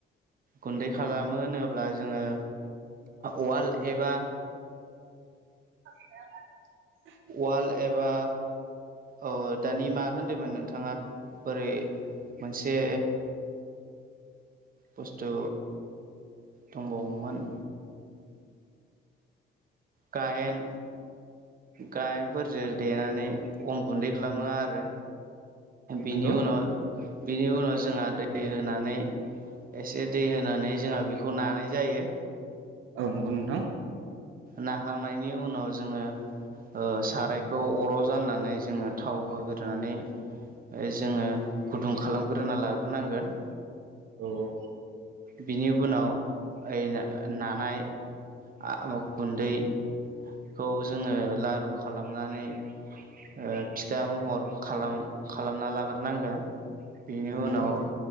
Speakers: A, on the right (about 45°); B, on the right (about 85°).
A: गुन्दै खालामो होनोब्ला जोङो उवाल एबा
B: <inaudible>
A: वाल एबा औ दानि मा होनदोंमोन नोंथाङा बोरै मोनसे बुस्थु दंबावोमोन गाहेन गायेनफोरजों देनानै अन गुन्दै खालामो आरो
B: औ
A: बिनि
B: नंगौ
A: उनाव बिनि उनाव जोंहा दै होनानै एसे दै होनानै जोंहा बेखौ नानाय जायो
B: औ नंगौ नोंथां
A: नाखांनायनि उनाव जोङो ओ सारायखौ अराव जाननानै जोङो थाव होग्रोनानै जोङो गुदुं खालामग्रोना लाग्रोनांगोन
B: औ औ
A: बिनि उनाव ओइ नानाय आ गुन्दैखौ जोङो लारु खालामनानै ओ फिथा महर खालाम खालामना लाग्रोनांगोन बेनि
B: औ नंगौ
A: उनाव